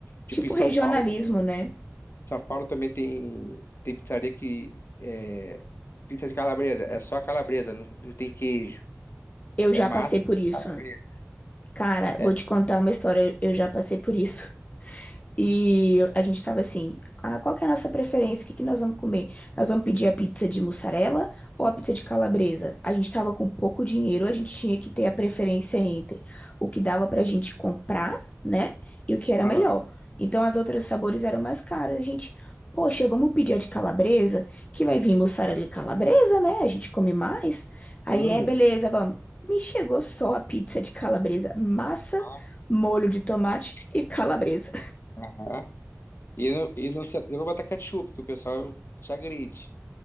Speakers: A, on the left (about 50°); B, on the left (about 30°).
A: Tipo,
B: Tipo
A: em São
B: regionalismo,
A: Paulo também.
B: né?
A: São Paulo também tem, tem pizzaria que é pizza de calabresa. É só calabresa, não, não tem queijo.
B: Eu
A: É
B: já
A: massa
B: passei por
A: e
B: isso.
A: calabresa.
B: Cara, vou
A: É.
B: te contar uma história, eu já passei por isso. E a gente estava assim, ah, qual que é a nossa preferência? O que que nós vamos comer? Nós vamos pedir a pizza de mussarela ou a pizza de calabresa? A gente estava com pouco dinheiro, a gente tinha que ter a preferência entre o que dava pra gente comprar, né? E o que era
A: Aham.
B: melhor. Então as outras sabores eram mais caros. A gente, poxa, vamos pedir a de calabresa, que vai vir mussarela e calabresa, né? A gente come mais. Aí
A: Uhum.
B: é, beleza, vamos. Me chegou só a pizza de calabresa, massa,
A: Pelo
B: molho de tomate
A: amor de Deus.
B: e calabresa.
A: Aham. E não, e não se atreva a botar ketchup, que o pessoal te agride.